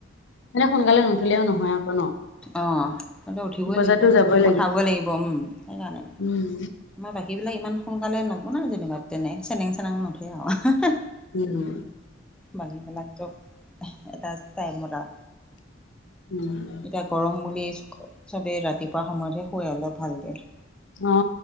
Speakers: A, on the left (about 65°); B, in the centre.
A: এনে সোনকালে নুঠিলেও নহয় ন' আকৌ।
B: অ' সিহতে উঠিবই
A: বজাৰতো
B: লাগিব,
A: যাবই
B: পঠাবই লাগিব উম সেইকাৰণে
A: উম।
B: আমাৰ বাকীবিলাক ইমান সোনকালে নব নাই যেনেকুৱা তেনে চেনেং চেনেং নুঠয়ে আৰু।
A: উম।
B: বাকীবিলাক চব এটা টাইমত আৰু
A: উম।
B: এতিয়া গৰম বুলি চবে ৰাতিপুৱা সময়তহে শুৱে অলপ ভালকে।
A: অ'